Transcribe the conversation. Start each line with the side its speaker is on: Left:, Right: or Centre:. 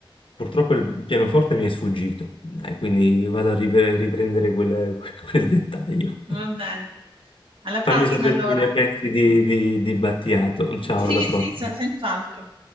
Left: purtroppo il pianoforte mi è sfuggito, Eh, quindi vado a ripre- riprendere quel, <laughs> quel dettaglio.
Right: Va bene. Alla prossima
Left: Fammi sapere
Right: allora.
Left: che ne pensi di, di di Battiato. Ciao,
Right: Sì,
Left: alla prossima.
Right: sì, se- senz'altro.